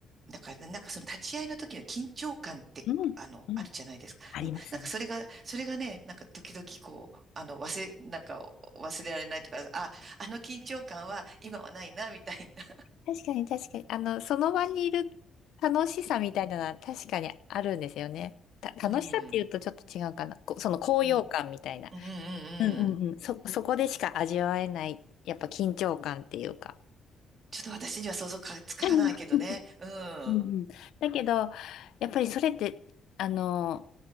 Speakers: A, on the right; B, on the left.
A: だからねなんかその立ち会いの時の緊張感って、
B: うん、
A: あの、
B: うん。
A: あるじゃないですか。
B: ありますね。
A: うん。なんかそれが、それがね、なんか時々こう、あの、忘れ、なんか忘れられないとか、あ、あの緊張感は今はないな、みたいな。
B: 確かに確かに。あの、その場にいる楽しさみたいなのは確かにあるんですよね。
A: うん。
B: た、楽しさっていうとちょっと違うかな。
A: うん。
B: こ、その高揚感みたいな。
A: うん。うん。うん。
B: うんうんうん。
A: うん
B: そ、そこでしか味わえない、やっぱ緊張感っていうか。
A: ちょっと私には想像かつかないけどね。
B: <laughs> うんうん
A: うん。
B: うんだけど、やっぱりそれって、あの、